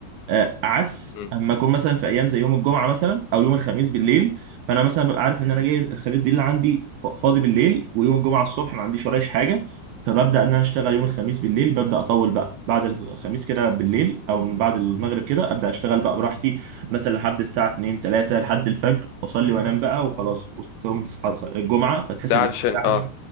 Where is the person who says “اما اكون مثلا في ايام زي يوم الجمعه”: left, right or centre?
Right